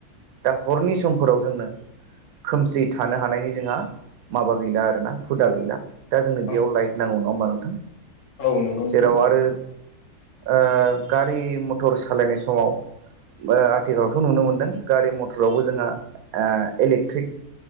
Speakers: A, on the right; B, on the left.
A: दा हरनि समफोराव जोंनो खोमसि थानो हानायनि जोंहा माबा गैला आरोना हुदा गैला। दा जोंनो
B: औ
A: बेयाव लाइट नांगौ नङा होमबा नोंथां
B: औ नंगौ नोंथां
A: जेराव आरो ओ गारि मथर सालायनाय समाव ओ आथिखालावथ' नुनो मोन्दों गारि मथरावबो जोंहा ओ electric